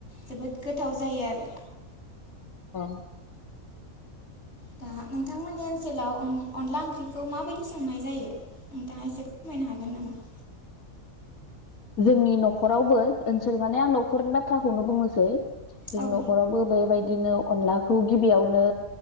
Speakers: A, on the left; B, on the left.
A: जोबोद गोथाव जायो आरो
B: ओं
A: दा नोंथांमोननि ओनसोलाव अनला ओंख्रिखौ माबायदि संनाय जायो नोंथाङा एसे फोरमायनो हागोन नामा? <inaudible>
B: जोंनि न'खरावबो ओनसोल माने आं न'खरनि बाथ्राखौनो बुंनोसै जोंनि
A: औ
B: न'खरावबो बेबाय दिनो अनलाखौ गिबियावनो